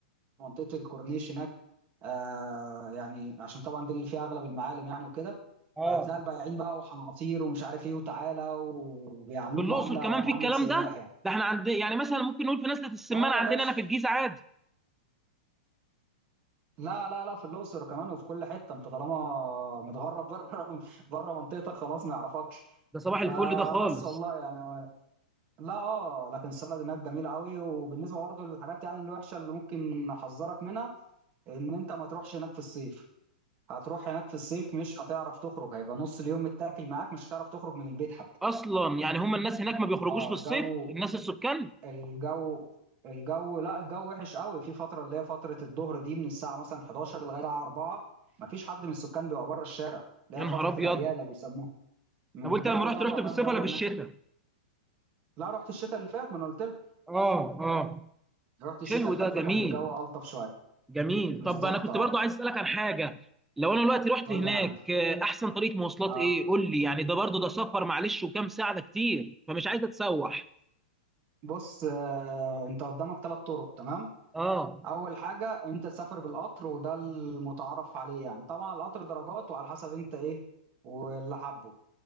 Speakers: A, on the right; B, in the centre.
A: منطقه الكورنيش هناك آه يعني عشان طبعا دي اللي فيها اغلب المعالم يعني وكده
B: اه
A: فهتلاقي البياعين بقى وحناطير ومش عارف ايه وتعالى وبيعاملوك
B: في الاقصر
A: معامله
B: كمان
A: معامله
B: في الكلام
A: سياح
B: ده
A: يعني
B: ده احنا عندنا يعني مثلا ممكن نقول في نزله السمان
A: اه
B: عندنا
A: يا باشا
B: انا في الجيزه عادي
A: لا لا لا في الاقصر كمان وفي كل حته انت طالما متغرب بره بره <laughs> منطقتك خلاص ما يعرفكش
B: ده صباح الفل
A: فبس
B: ده خالص
A: والله يعني لا اه لكن السلطه هناك جميله قوي وبالنسبه برضه للحاجات يعني الوحشه اللي ممكن احذرك منها ان انت ما تروحش هناك في الصيف هتروح هناك في الصيف مش هتعرف تخرج هيبقى نص اليوم متاكل معاك مش هتعرف تخرج من البيت حتى
B: اصلا يعني هم الناس هناك ما بيخرجوش
A: اه
B: في
A: الجو
B: الصيف الناس السكان
A: الجو الجو لا الجو وحش قوي في فتره اللي هي فتره الظهر دي من الساعه مثلا 11 لغايه الساعه 4 ما فيش حد من السكان بيبقى بره الشارع اللي
B: يا
A: هي فتره
B: نهار ابيض
A: الاياله بيسموها من
B: طب وانت
A: الجو
B: لما
A: طبعا
B: رحت رحت في
A: آه،
B: الصيف
A: الجو
B: ولا في
A: هناك
B: الشتاء
A: لا رحت الشتاء اللي فات ما انا قلت لك
B: اه اه
A: رحت الشتاء
B: حلو
A: اللي
B: ده
A: فات
B: جميل
A: فكان الجو الطف شويه
B: جميل
A: بالظبط
B: طب انا كنت
A: اه
B: برضو عايز اسالك عن حاجه لو انا دلوقتي رحت
A: قول
B: هناك
A: لي يا حبيبي
B: آه، احسن طريقه مواصلات
A: اه
B: ايه قول لي يعني ده برضو ده سفر معلش وكام ساعه ده كتير فمش عايز اتسوح
A: بص آه انت قدامك ثلاث طرق تمام
B: اه
A: اول حاجه انت تسافر بالقطر وده المتعارف عليه يعني طبعا القطر درجات وعلى حسب انت ايه واللي حبه